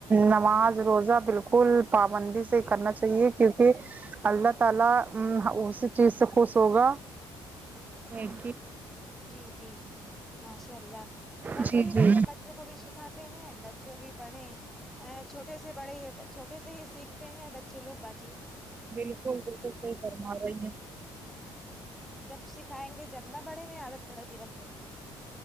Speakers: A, on the right; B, in the centre.
A: نماز روزہ بالکل پابندی سے
B: بال
A: کرنا چاہیے چاہیے کیونکہ اللہ تعالی اسی چیز سے خوش ہوگا ایک کہ
B: جی جی ماشاء اللہ کرتے
A: جی
B: ہی
A: جی
B: رہتے ب بچوں کو بھی سکھاتے ہیں بچوں بھی پڑھیں ا چھوٹے سے بڑے ہی چھوٹے سے ہی سیکھتے ہیں بچے لوگ باجی
A: بالکل بالکل صحیح فرما رہی ہیں
B: جب سکھائیں گے جب نہ بڑے میں عادت پڑے گی بچوں کی